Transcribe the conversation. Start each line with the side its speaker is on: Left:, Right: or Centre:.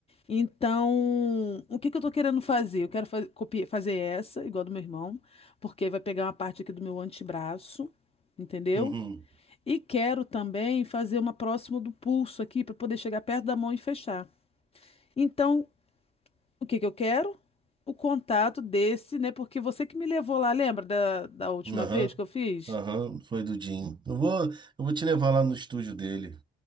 Left: Então, o que que eu tô querendo fazer? Eu quero fa- copi- fazer essa, igual a do meu irmão, porque vai pegar uma parte aqui do meu antebraço, entendeu?
Right: Uhum.
Left: E quero também fazer uma próxima do pulso aqui para poder chegar perto da mão e fechar. Então, O que que eu quero? O contato desse, né? Porque você que me levou lá, lembra da, da última
Right: Aham.
Left: vez que eu fiz?
Right: Aham, foi do Dinho. Eu vou, eu vou te levar lá no estúdio dele.